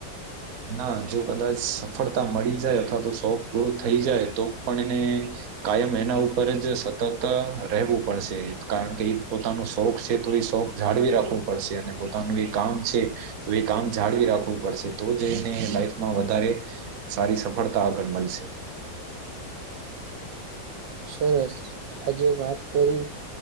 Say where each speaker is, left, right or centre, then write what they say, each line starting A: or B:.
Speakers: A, on the right; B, on the right.
A: ના જો કદાચ સફળતા મળી જાય અથવા તો શોખ પૂરો થઈ જાય તો પણ એને કાયમ એના ઉપર જ સતત રહેવું પડશે કારણ કે એ પોતાનો શોખ છે તો એ શોખ જાળવી રાખવું પડશે અને પોતાનું એ કામ છે તો એ કામ જાળવી રાખવું પડશે. તો જઈને લાઈફમાં વધારે સારી સફળતા આગળ મળશે.
B: સરસ આજે વાત કરીને